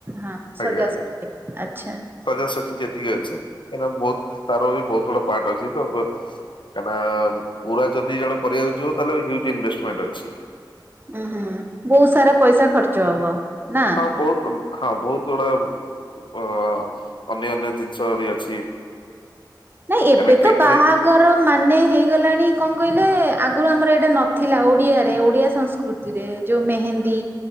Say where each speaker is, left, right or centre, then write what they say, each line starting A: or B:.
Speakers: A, on the right; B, on the left.
A: ହଁ
B: ଆଜ୍ଞା
A: ସଜା
B: ଆଜ୍ଞା
A: ସଜି ଆଛା।
B: ସଜାସଜି ଯେତିକି ଅଛି। କାହିଁକିନା ବହୁତ ତାର ବି ବହୁତ ଗୁଡା ପାର୍ଟ ଅଛି ତ କାହିଁକିନା ପୁରା ଯଦି ଜଣେ କରିବାକୁ ଯିବ ତାହେଲେ ୟୁଜ ଇନଭେଷ୍ଟମେଣ୍ଟ ଅଛି।
A: ଉହୁଁ ବହୁତ ସାରା ପଇସା ଖର୍ଚ୍ଚ ହବ ନା
B: ହଁ ବହୁତ ହଁ ବହୁତ ଗୁଡା ଅ ଅନ୍ୟ ଅନ୍ୟ ଜିନିଷ ବି ଅଛି।
A: ନାଇଁ
B: କାହିଁକିନା
A: ଏବେ
B: କ୍ୟାଟରି
A: ତ ବାହାଘର ମାନେ ହେଇଗଲ ହେଲାଣି କଣ କହିଲେ ଆଗରୁ ଆମର ଏଇଟା ନଥିଲା ଓଡିଆରେ ଓଡିଆ ସଂସ୍କୃତିରେ ଯୋଉ ମେହେନ୍ଦୀ